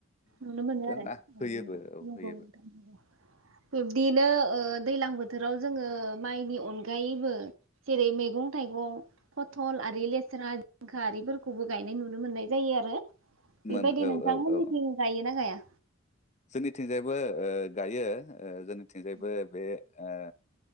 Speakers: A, on the right (about 75°); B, on the left (about 35°).
A: नुनो मोनो आरो
B: ना होयोबो
A: नंगौ
B: औ होयोबो
A: नोंथां नंगौ बिब्दिनो दैज्लां बोथोराव जोङो माइनि अनगायैबो जेरै मैगं थाइगं फथल आरि लेस्रा जिंखा आरिफोरखौबो गायनाय नुनो मोननाय जायो आरो। बेबायदि
B: मोन
A: नोंथांमोननिथिं
B: औ औ औ
A: गायोना गाया
B: जोंनिथिंजायबो ओ गायो ओ जोन थिंजायबो
A: औ
B: बे ओ